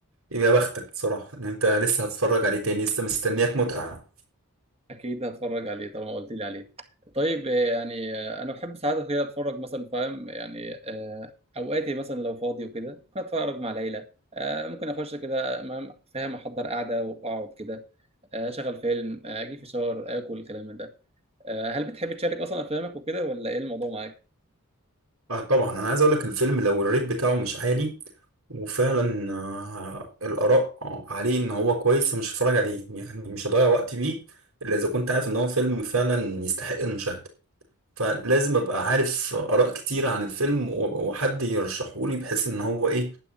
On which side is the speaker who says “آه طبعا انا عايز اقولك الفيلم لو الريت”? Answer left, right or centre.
Right